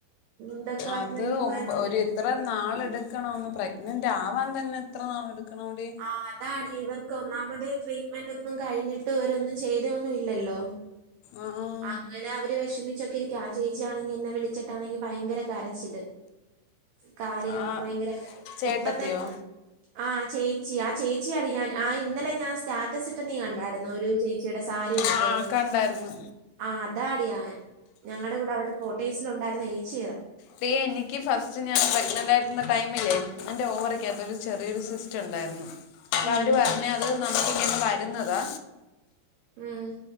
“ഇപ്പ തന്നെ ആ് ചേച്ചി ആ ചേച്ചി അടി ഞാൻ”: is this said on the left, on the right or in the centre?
Right